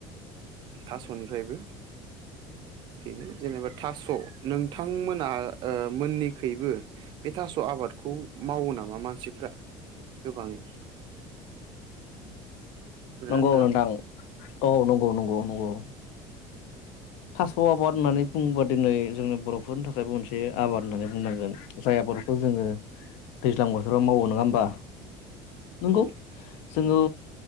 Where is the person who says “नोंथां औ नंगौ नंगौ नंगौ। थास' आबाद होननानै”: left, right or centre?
Left